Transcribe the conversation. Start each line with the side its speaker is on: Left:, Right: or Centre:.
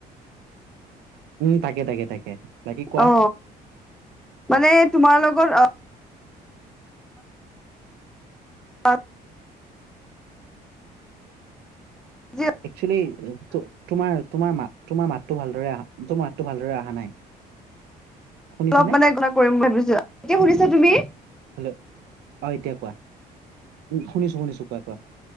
Right: উম তাকে তাকে তাকে। বাকী কোৱা
Centre: অ মানে তোমাৰ লগত অ অঁ আজি
Right: একচুৱেলি তো তোমাৰ, তোমাৰ মাত তোমাৰ মাতটো ভালদৰে অহা তোমাৰ মাতটো ভালদৰে অহা নাই! শুনিছানে
Centre: অলপ মানে গনা কৰিম ভাবিছোঁ! এতিয়া শুনিছা তুমি?
Right: হেল্ল' অঁ এতিয়া কোৱা শুনিছোঁ শুনিছোঁ কোৱা কোৱা